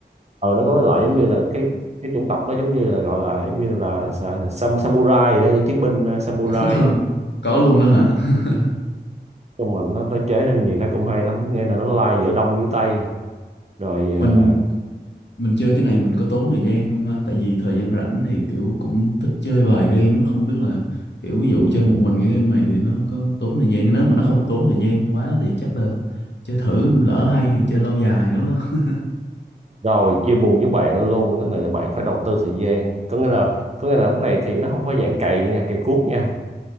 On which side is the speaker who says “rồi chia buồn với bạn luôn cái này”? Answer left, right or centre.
Right